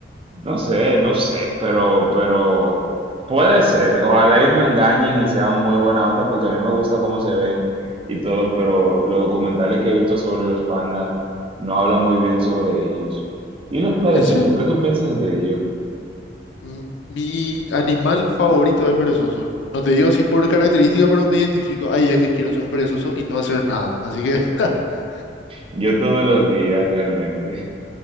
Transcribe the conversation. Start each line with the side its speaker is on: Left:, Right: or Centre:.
Right: no sé, no sé, pero, pero puede ser. Ojalá y me engañen y sean muy buena onda, porque a mí me gusta cómo se ven y todo, pero los documentales que he visto sobre los pandas no hablan muy bien sobre ellos. ¿Y los perezosos?
Left: ¿En serio?
Right: ¿Qué tú piensas de ellos?
Left: Mm, Mi animal favorito es el perezoso. No te digo así por característica, pero me identifico. Ay, es que quiero ser un perezoso y no hacer nada. Así que, <laughs>
Right: Yo todos los días, realmente.